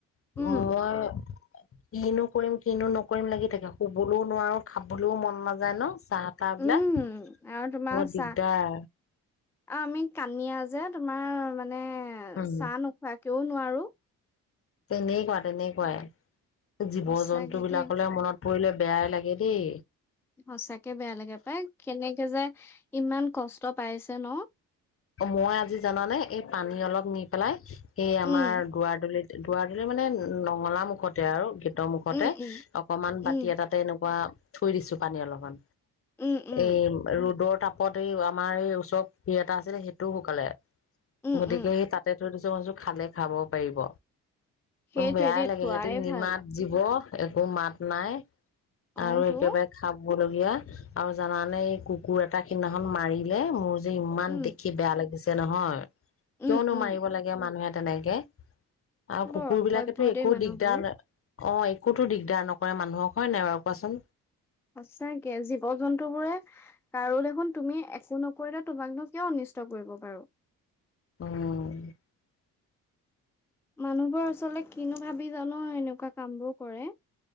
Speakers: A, on the left; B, in the centre.
A: <unintelligible>
B: উম
A: কিনো কৰিম কিনো নকৰিম লাগি থাকে, শুবলৈও নোৱাৰোঁ। খাবলৈওঁ মন নাযায় ন'। চাহ তাহ বিলাক
B: উম, আৰু তোমাৰ
A: বৰ
B: চাহ
A: দিগদাৰ
B: অ', আমি কানিয়া যে তোমাৰ মানে এ
A: উম
B: চাহ নোখোৱা কিয় নোৱাৰো
A: তেনে কোৱা, তেনে কোৱাই। জীৱ
B: সঁচাকে
A: জন্তু বিলাকলে
B: দেই
A: মনত পৰিলে বেয়া লাগে দেই।
B: সঁচাকে বেয়া লাগে পাই, কেনেকে যে ইমান কষ্ট পাইছে ন?
A: মই আজি জানানে, এই পানী অলপ নি পেলাই এ
B: উম
A: আমাৰ দুৱাৰ দলিত দুৱাৰডলি‌ মানে নঙলা মুখতে আৰু গে ৰ মুখতে
B: উম উম
A: অকমান বাতি
B: উম
A: এটাতে এনেকুৱা থৈ দিছো পানী অলপমান।
B: উম উম
A: এই ৰ'দত তাপত এই আমাৰ এই ওচৰত‌ <unintelligible> এটা আছিলে সেইটোও শুকালে।
B: উম
A: গতিকে
B: উম
A: সেই তাতে <unintelligible> খালে খাব পায়িব।
B: সেইটোৱে
A: বেয়াই
B: দেই
A: লাগে
B: থোৱাই
A: সিহঁতে নিমাত
B: ভাল।
A: জীব। একো মাত নাই।
B: অহ
A: আৰু
B: তো
A: একেবাৰে খাব <unintelligible> আৰু জানানে এই কুকুৰ এটা সিদিনাখন মাৰিলে মোৰ যে, ইমান
B: উম
A: দেখি বেয়া লাগিছ নহয়
B: উম
A: কিয়নো
B: উম
A: মাৰিব লাগে মানুহে তেনেকে আৰু
B: বৰ
A: কুকুৰ
B: অসভ্য
A: বিলাকেতো একো
B: দেই মানুহবোৰ
A: দিগদাৰ ন অ', একোতো দিগদাৰ নকৰে মানুহক হয়, নাই বাৰু কোৱাচোন?
B: সঁচাকে জীৱ জন্তু বোৰে কাৰো দেখোন তুমি একো নকৰিলে তোমাকনো কিয় অনিষ্ট কৰিব বাৰু।
A: অহ
B: মানুহবোৰ আচলতে কিনো ভাবি জানো এনেকুৱা কামবোৰ কৰে।